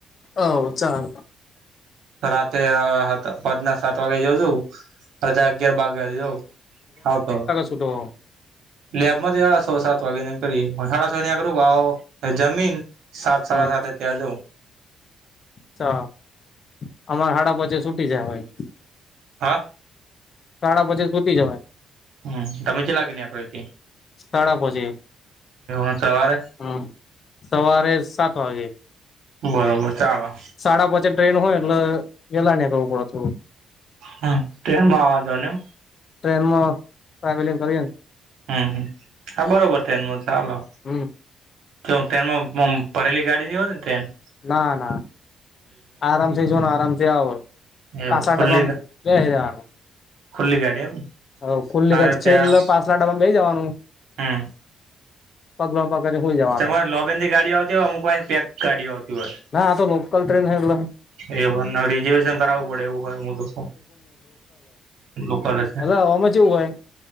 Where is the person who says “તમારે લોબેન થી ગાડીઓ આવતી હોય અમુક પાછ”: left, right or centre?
Right